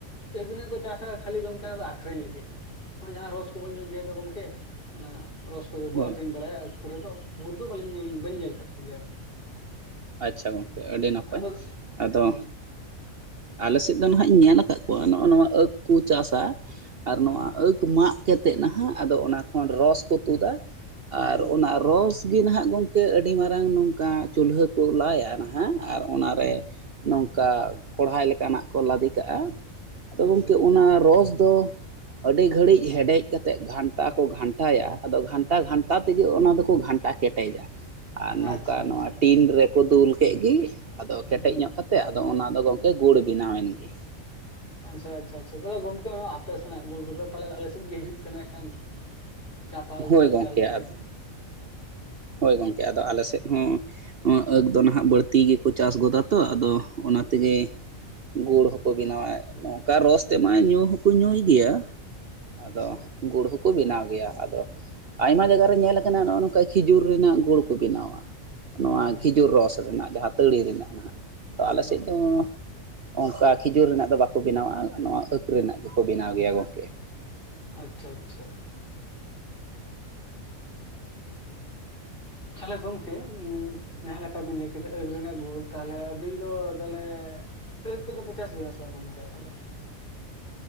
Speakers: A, on the left (about 40°); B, on the right (about 50°).
A: ᱮᱵᱟᱨᱮ ᱠᱚ ᱪᱟᱥᱟ ᱠᱷᱟᱹᱞᱤ ᱜᱚᱢᱠᱮ ᱟᱫᱚ ᱟᱠᱷᱨᱤᱧ ᱞᱟᱹᱜᱤᱫ᱾ ᱱᱚᱜ-ᱚᱭ ᱡᱟᱦᱟᱸ ᱨᱚᱥ ᱠᱚᱵᱩᱱ ᱧᱩᱭ ᱜᱮᱭᱟ ᱛᱚ ᱜᱚᱢᱠᱮ ᱚᱱᱟ ᱨᱚᱥ ᱠᱚᱜᱮ ᱠᱚ
B: ᱦᱳᱭ
A: ᱟᱠᱷᱨᱤᱧ ᱵᱟᱲᱟᱭᱟ ᱟᱨ ᱯᱚᱨᱮ ᱫᱚ ᱜᱩᱲ ᱫᱚ ᱵᱟᱹᱞᱤᱧ ᱧᱮᱞ ᱵᱟᱹᱧ ᱧᱮᱞ ᱟᱠᱟᱫ ᱠᱚ ᱜᱮᱭᱟ ᱟᱨᱠᱤ᱾
B: ᱟᱪᱪᱷᱟ ᱜᱚᱢᱠᱮ ᱟᱹᱰᱤ ᱱᱟᱯᱟᱭ
A: ᱟᱫᱚ
B: ᱟᱫᱚ,
A: ᱦᱩᱸ
B: ᱟᱞᱮ ᱥᱮᱫ ᱫᱚ ᱱᱟᱦᱟᱜ ᱤᱧ ᱧᱮᱞ ᱟᱠᱟᱫ ᱠᱚᱣᱟ ᱱᱚᱜᱼᱚ ᱱᱚᱣᱟ ᱟᱸᱠᱷ ᱠᱩ ᱪᱟᱥᱟ ᱟᱨ
A: ᱦᱩᱸ
B: ᱱᱚᱣᱟ ᱟᱸᱠ ᱢᱟᱜ ᱠᱮᱛ ᱛᱮ ᱱᱟᱦᱟᱜ ᱟᱫᱚ ᱚᱱᱟ ᱠᱷᱚᱱ ᱨᱚᱥ ᱠᱚ ᱛᱩᱫᱟ ᱟᱨ
A: ᱦᱩᱸ
B: ᱟᱨ ᱨᱚᱥ ᱜᱮ ᱱᱟᱦᱟᱜ ᱜᱚᱢᱠᱮ ᱟᱹᱰᱤ ᱢᱟᱨᱟᱝ ᱱᱚᱝᱠᱟ ᱪᱩᱞᱦᱟᱹ ᱠᱩ ᱞᱟᱭᱟ ᱱᱟ ᱦᱮᱸ ᱟᱨ ᱚᱱᱟᱨᱮ
A: ᱦᱩᱸ ᱦᱮᱸ
B: ᱱᱚᱝᱠᱟ ᱠᱚᱲᱦᱟᱭ ᱞᱮᱠᱟᱱᱟᱜ ᱠᱚ ᱞᱟᱫᱮ ᱠᱟᱜᱼᱟ, ᱟᱫᱚ
A: ᱟᱪᱪᱷᱟ
B: ᱜᱚᱢᱠᱮ ᱚᱱᱟ ᱨᱚᱥ ᱫᱚ ᱟᱹᱰᱤ ᱜᱷᱟᱹᱲᱤᱡ ᱦᱮᱰᱮᱡ ᱠᱮᱛᱮᱡ ᱜᱷᱟᱱᱴᱟ ᱠᱚ ᱜᱷᱟᱱᱴᱟᱭᱟ ᱟᱫᱚ ᱜᱷᱟᱱᱴᱟ ᱜᱷᱟᱱᱴᱟ ᱛᱮᱜᱮ ᱚᱱᱟ ᱫᱚᱠᱚ ᱜᱷᱟᱱᱴᱟ ᱠᱮᱴᱮᱡᱟ᱾ ᱟᱨ ᱱᱚᱝᱠᱟ
A: ᱟᱪᱪᱷᱟ ᱟᱪᱪᱷᱟ
B: ᱱᱚᱣᱟ ᱴᱤᱱ ᱨᱮᱠᱚ ᱫᱩᱞ ᱠᱮᱜ ᱜᱮ ᱟᱫᱚ ᱠᱮᱴᱮᱡ
A: ᱦᱩᱸ
B: ᱧᱚᱜ ᱠᱟᱛᱮ ᱟᱫᱚ ᱚᱱᱟᱫᱚ ᱜᱚᱝᱠᱮ ᱜᱩᱲ ᱵᱮᱱᱟᱣᱮᱱ ᱜᱮ᱾
A: ᱟᱪᱪᱷᱟ ᱟᱪᱪᱷᱟ ᱟᱪᱷᱟ ᱛᱟᱦᱚᱞᱮ ᱜᱚᱝᱠᱮ ᱟᱯᱮ ᱥᱮᱱᱟᱜ ᱜᱩᱲ ᱠᱚᱜᱮ ᱯᱟᱞᱮᱱ ᱟᱞᱮᱥᱮᱫ ᱜᱮ ᱦᱤᱡᱩᱜ ᱠᱟᱱᱟ ᱮᱠᱷᱟᱱ? ᱪᱟᱛᱟᱞ
B: ᱦᱳᱭ
A: ᱪᱟᱞ
B: ᱜᱚᱢᱠᱮ
A: ᱪᱟᱞᱛᱮ
B: ᱟᱫᱚ ᱦᱳᱭ ᱜᱚᱝᱠᱮ ᱟᱫᱚ ᱟᱞᱮᱥᱮᱫ ᱦᱚᱸ ᱟᱹᱠ ᱫᱚ ᱱᱟᱦᱟᱜ ᱵᱟᱹᱲᱛᱤ ᱜᱮᱠᱚ ᱪᱟᱥ ᱜᱚᱫᱟ ᱛᱚ ᱟᱫᱚ ᱚᱱᱟ
A: ᱟᱪᱪᱷᱟ
B: ᱛᱮᱜᱮ
A: ᱟᱪᱪᱷᱟ
B: ᱜᱩᱲ ᱦᱚᱸᱠᱚ ᱵᱮᱱᱟᱣᱟ ᱱᱚᱝᱠᱟ ᱨᱚᱥ ᱛᱮᱢᱟ ᱧᱩ ᱦᱚᱸᱠᱚ ᱧᱩᱭ ᱜᱮᱭᱟ
A: ᱟᱪᱪᱷᱟ
B: ᱟᱫᱚ ᱜᱩᱲ ᱦᱚᱸᱠᱚ ᱵᱮᱱᱟᱣ ᱜᱮᱭᱟ ᱟᱫᱚ ᱟᱭᱢᱟ ᱡᱟᱭᱜᱟ ᱨᱮ ᱧᱮᱞ ᱟᱠᱟᱱᱟ ᱱᱚᱜ-ᱚ ᱱᱚᱝᱠᱟ ᱠᱷᱮᱡᱩᱨ ᱨᱮᱱᱟᱜ ᱜᱩᱲ ᱠᱚ ᱵᱮᱱᱟᱣᱟ ᱱᱚᱣᱟ
A: ᱦᱮᱸ ᱦᱮᱸ
B: ᱠᱷᱤᱡᱩᱨ ᱨᱚᱥ ᱨᱮᱱᱟᱜ ᱡᱟᱦᱟᱸ ᱛᱟᱹᱲᱤ ᱨᱮᱱᱟᱜ ᱱᱟᱦᱟᱜ᱾ ᱠᱟ
A: ᱮᱠᱫᱚᱢ
B: ᱟᱞᱮ ᱥᱮᱫ ᱫᱚᱸ ᱚᱱᱠᱟ ᱠᱷᱤᱡᱩᱨ ᱨᱮᱱᱟᱜ ᱫᱚ ᱵᱟᱠᱚ ᱵᱮᱱᱟᱣᱟ ᱱᱚᱣᱟ ᱟᱹᱠᱷ ᱨᱮᱱᱟᱜ ᱜᱮᱠᱚ ᱵᱮᱱᱟᱣ ᱜᱮᱭᱟ ᱜᱚᱢᱠᱮ᱾
A: ᱟᱪᱪᱷᱟ ᱟᱪᱪᱷᱟ᱾ ᱛᱟᱦᱚᱞᱮ ᱜᱚᱝᱠᱮ ᱩᱸᱜ ᱡᱟᱦᱟᱸ ᱞᱮᱠᱟ ᱵᱤᱱ ᱞᱟᱹᱭ ᱠᱮᱫᱟ ᱟᱹᱜ ᱨᱮᱱᱟᱜ ᱜᱩᱲ ᱛᱟᱦᱞᱮ ᱟᱵᱤᱱ ᱫᱚ ᱛᱟᱦᱚᱞᱮ ᱟᱹᱠᱷ ᱠᱚ ᱫᱚ ᱯᱮ ᱪᱟᱥ ᱡᱚᱸᱜᱟᱱᱟ ᱥᱮ ᱜᱚᱢᱠᱮ ᱟᱯᱮ ᱫᱚ?